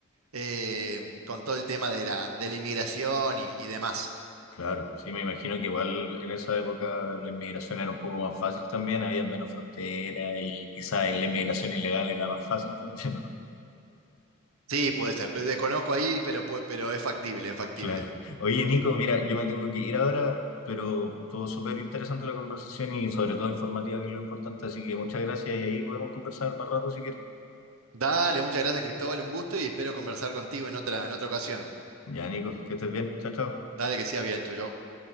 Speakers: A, on the right (about 85°); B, on the left (about 85°).
A: eh, con todo el tema de la, de la inmigración y y demás.
B: claro, sí, me imagino que igual en esa época la inmigración era un poco más fácil también, había menos fronteras y quizás la inmigración ilegal era más fácil también, ¿no? <laughs>
A: Sí, puede ser. Pues Desconozco ahí, pero, pu- pero es factible, es factible.
B: Claro. Oye, Nico, mira, yo me tengo que ir ahora, pero estuvo súper interesante la conversación y sobre todo informativa, que es lo importante, así que muchas gracias y ahí podemos conversar más rato si quieres.
A: Dale, muchas gracias, Cristóbal. Un gusto y espero conversar contigo en otra, en otra ocasión.
B: Ya, Nico, que estés bien, chao, chao.
A: Dale, que sigas bien. Chau, chau.